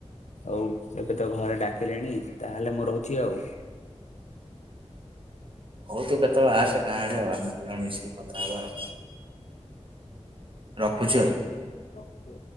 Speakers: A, on the left; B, on the right.
A: ହଉ ଏବେ ତ ଘରେ ଡାକିଲେଣି ତାହେଲେ ମୁଁ ରହୁଛି ଆଉ।
B: ହଉ ତୁ କେତେଵେଳେ ଆସେଗାଁ ଆଡେ। ଆମେ ଦିଜଣ ମିଶିକି କଥା ହେବା ଆଉ। ରଖୁଛିୁ ଆଉ।
A: <inaudible>